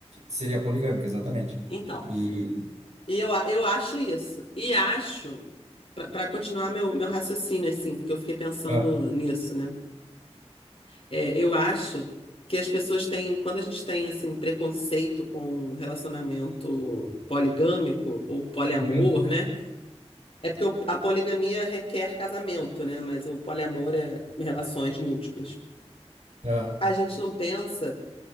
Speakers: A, on the right; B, on the left.
A: seria poligâmico, exatamente.
B: Então.
A: E.
B: E eu, a- eu acho isso. E acho, para continuar meu, meu raciocínio, assim, porque eu fiquei pensando
A: Ah,
B: nisso, né? É, eu acho que as pessoas têm, quando a gente tem, assim, preconceito com relacionamento poligâmico ou poliamor,
A: uhum,
B: né? É porque o- a poligamia requer casamento, né? Mas o poliamor é relações múltiplas.
A: ah,
B: A gente não pensa,